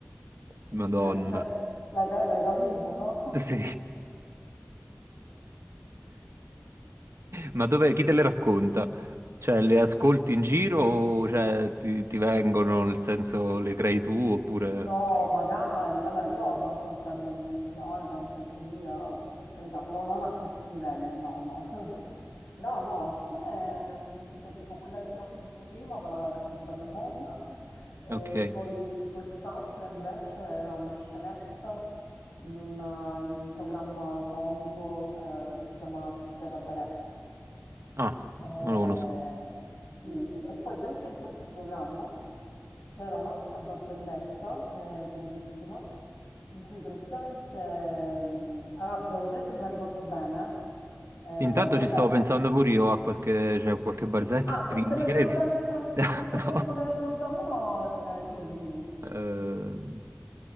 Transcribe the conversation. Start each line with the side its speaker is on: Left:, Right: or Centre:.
Right: Madonna.
Left: <laughs> L'hai l'hai ca- l'hai capito, no?
Right: Sì. Ma dov'è? Chi
Left: <laughs>
Right: te le racconta? Cioè, le ascolti in giro o cioè, ti, ti vengono, nel senso, le crei tu oppure...
Left: No, magari. Allora, io ho abbastanza immaginazione, fantasia, per carità, però non a questi livelli, no, no. <laughs> No, no, alcune le ho sentite, tipo quella che ti ho raccontato tu prima, me l'aveva raccontata mia nonna, e
Right: Ok.
Left: poi quest'altra invece era una scenetta in un, in un programma comico eh, che si chiama Sicilia Cabaret.
Right: Ah,
Left: Eh,
Right: non lo conosco.
Left: sì, sì. E poi sempre in questo programma c'era un'altra barzelletta eh, bellissima in cui praticamente, mm, allora, devo vedere se me la ricordo bene. eh.
Right: Intanto
Left: Eh, vabbè,
Right: ci stavo pensando pure io a qualche, cioè, qualche barzetta,
Left: ah,
Right: <laughs>
Left: se
Right: ti- mi
Left: te n'è
Right: credi?
Left: venuta nel,
Right: <laughs>
Left: fra-
Right: No.
Left: se nel frattempo te n'è venuta una, eh, dimmi, dimmi.
Right: Ehm,